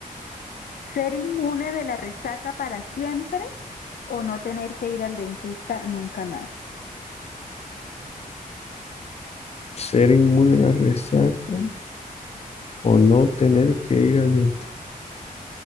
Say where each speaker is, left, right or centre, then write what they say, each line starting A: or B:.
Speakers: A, on the left; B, on the left.
A: ¿Ser inmune de la resaca para siempre o no tener que ir al dentista nunca más?
B: Ser inmune a la resaca o no tener que ir al dentista.